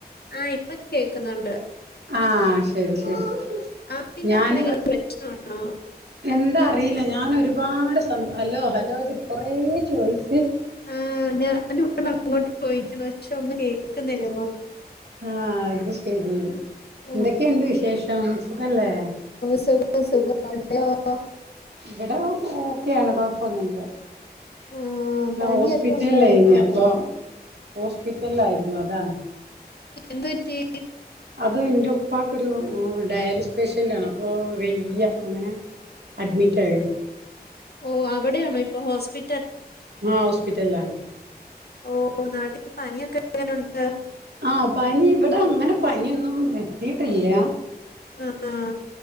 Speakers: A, on the left (about 70°); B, on the right (about 80°).
A: ആഹ് ഇപ്പൊ കേക്കുന്നുണ്ട്
B: ആഹ ശരി ശരി
A: ആപ്പിൻ്റെ
B: ഞാന്
A: എന്തേ പ്രശ്ന ആ
B: എന്താ അറിയില്ല ഞാനൊ ഒരുപാട് ഹലോ ഹലോ ചച്ചിട്ട് കൊറേ ചോയ്ച്ച്.
A: ആ ഇ അങ്ങോട്ട് പോയിക്കുന്നു പക്ഷെ ഒന്നും കേക്കുന്നില്ല.
B: ആഹ് അത് ശരി
A: ആ,
B: എന്തൊക്കെയുണ്ട് വിശേഷം. സുഖല്ലേ?
A: സുഖം സുഖം അവിടെയോ ഓ
B: ഇവിടെ ഓക്കെയാണ് കൊഴപ്പൊന്നുല്ല.
A: ആ
B: ഞൻ
A: പനിയൊക്കെ
B: ഹോസ്പിറ്റലയിന
A: ഉണ്ടോ അടുത്ത്
B: അപ്പൊ ഹോസ്പിറ്റല ആയിരുന്നു. അതാണ്.
A: എന്തുറ്റി.
B: അത് എന്റെ ഉപ്പാക്ക് ഒരു ഡയാലിസ് പേസ്റ്റൻ് ആണ് അപ്പോൾ വയ്യ അങ്ങനെ അഡ്മിറ്റ ആയു
A: ഓ അവിടെയാണോ ഇപ്പൊ ഹോസ്പി
B: ആ ഹോസ്പിറ്റലിലാണ്
A: ഓ നാട്ടി പനിയോ എങ്ങനുണ്ട്
B: ആ പനി ഇവിടെ അങ്ങനെ പനിയൊന്നും വെത്തിട്ടില്ല.
A: ആ ആ